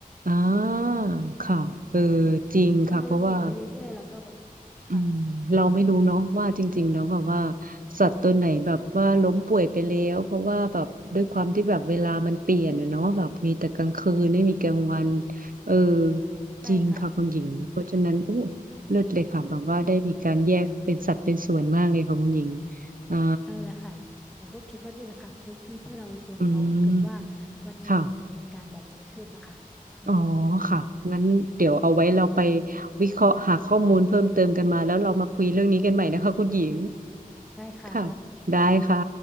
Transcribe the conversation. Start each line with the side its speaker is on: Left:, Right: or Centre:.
Right: อ่าค่ะเออ
Centre: อืมพอเราอยู่ไปเรื่อยๆเราก็แบบ
Right: จริงค่ะ เพราะว่าอืมเราไม่รู้เนาะว่าจริงๆแล้วแบบว่า
Centre: ค่ะ
Right: สัตว์ตัวไหนแบบว่าล้มป่วยไปแล้ว เพราะว่าแบบด้วยความที่แบบเวลามันเปลี่ยนอะเนาะแบบมีแต่กลางคืนไม่มีกลางวันเออ
Centre: ใช่ค่ะอืม
Right: จริงค่ะคุณหญิงเพราะฉะนั้นโอ้เลิศเลยค่ะแบบว่าได้มีการแยกเป็นสัตว์เป็นส่วนมากเลยค่ะคุณหญิงอ่า
Centre: เออแหละค่ะหญิงก็คิดว่านี่แหละค่ะคือวิธีที่เราเตรียมพร้อมถ้าเกิดว่า
Right: อืม
Centre: วันหนึ่งมันเกิดเหตุการณ์แบบนี้ขึ้นนะคะอืม
Right: ค่ะ อ๋อค่ะงั้นเดี๋ยวเอาไว้เราไปวิเคราะห์หาข้อมูลเพิ่มเติมกันมาแล้วเรามาคุยเรื่องนี้กันใหม่นะคะคุณหญิง
Centre: ได้ค่ะ
Right: ค่ะได้ค่ะ